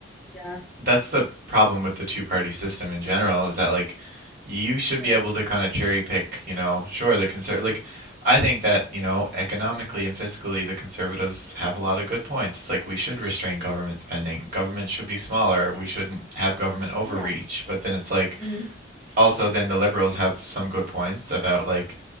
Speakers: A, in the centre; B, on the right.
A: yeah,
B: that's the problem with the two-party system in general is that like you should
A: right.
B: be able to kind of cherry pick, you know, sure the conserv like I think that, you know, economically and fiscally the conservatives have a lot of good points. It's like we should restrain government spending. Government should be smaller. We shouldn't have government overreach.
A: Yeah.
B: But then it's like
A: hmm
B: also then the liberals have some good points about like